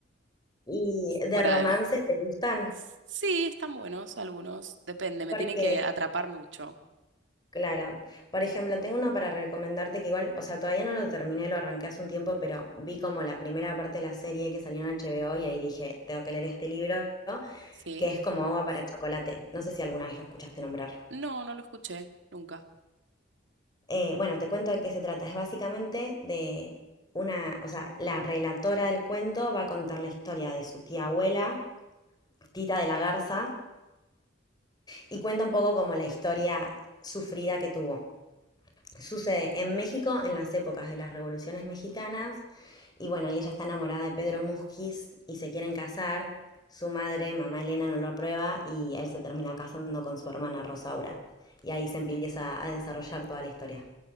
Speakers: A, on the left; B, on the right.
A: ¿Y de
B: fuera
A: romance
B: del...
A: te gustan?
B: Sí, están buenos algunos, depende, me
A: Porque
B: tienen que atrapar mucho,
A: Claro. Por ejemplo, tengo uno para recomendarte que igual, o sea, todavía no lo terminé, lo arranqué hace un tiempo, pero vi como la primera parte de la serie que salió en HBO y ahí dije, tengo que leer este libro,
B: ¿sí?
A: que es como agua para chocolate. No sé si alguna vez lo escuchaste nombrar.
B: No, no lo escuché nunca.
A: Eh, bueno, te cuento de qué se trata. Es básicamente de una, o sea, la relatora del cuento va a contar la historia de su tía abuela, Tita de la Garza, y cuenta un poco como la historia sufrida que tuvo. Sucede en México en las épocas de las revoluciones mexicanas y bueno, y ella está enamorada de Pedro Musquiz y se quieren casar. Su madre, mamá Elena, no lo aprueba y él se termina casando con su hermana Rosaura. Y ahí se empieza a desarrollar toda la historia.